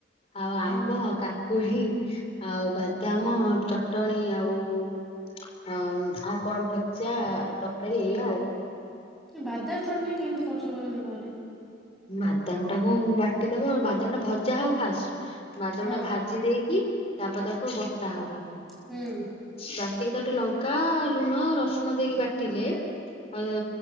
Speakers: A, on the left; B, in the centre.
A: ଆଉ ଆମ୍ବ
B: ହଁ।
A: କା କୁଢି ଆଉ ବାଦାମ ଚଟଣି ଆଉ ଅ ଆଉ କଣ ଭଜା ତରକାରୀ ଏଇଆ ଆଉ।
B: ବାଦାମ ଚଟଣି କେମତି କରୁଚ କହିଲ ମୁଁ କରି
A: ବାଦାମ ଟାକୁ ବାଟିଦବ ବାଦାମ ଟା ଭ ଜା ହବ ଫାଷ୍ଟ ବାଦମଟା
B: ହଁ
A: ଭାଜି ଦେଇକି ତାପରେ ତାକୁ ବଟା ହବ।
B: ହୁଁ।
A: ବାଟିକି ତା ଟିକେ ଲଙ୍କା, ଲୁଣ, ରସୁଣ ଦେଇକି ବାଟିଲେ ଆଉ